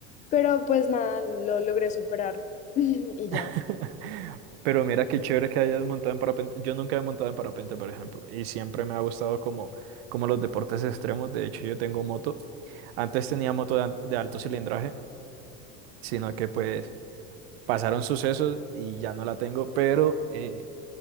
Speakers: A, on the left (about 25°); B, on the right (about 80°).
A: pero pues nada, lo logré superar <laughs> y
B: <laughs>
A: ya.
B: Pero mira qué chévere que hayas montado en parapente. Yo nunca he montado en parapente, por ejemplo, y siempre me ha gustado como, como los deportes extremos. De hecho, yo tengo moto. Antes tenía moto de, an- de alto cilindraje, sino que pues pasaron sucesos y ya no la tengo, pero eh,